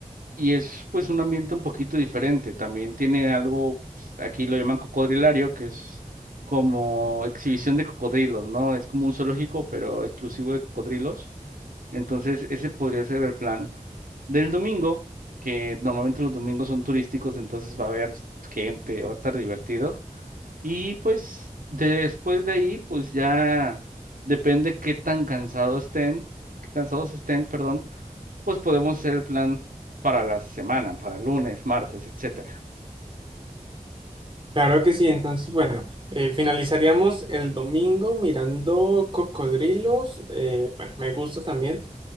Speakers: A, on the right; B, on the right.
A: y es pues un ambiente un poquito diferente. También tiene algo, aquí lo llaman cocodrilario, que es como exhibición de cocodrilos, ¿no? Es como un zoológico, pero exclusivo de cocodrilos. Entonces, ese podría ser el plan del domingo, que normalmente los domingos son turísticos, entonces va a haber gente, va a estar divertido. Y pues después de ahí, pues ya depende qué tan cansados estén, qué cansados estén, perdón pues podemos hacer el plan para la semana, para lunes, martes, etcétera.
B: Claro que sí, entonces, bueno, eh, finalizaríamos el domingo mirando cocodrilos, eh, bueno, me gusta también,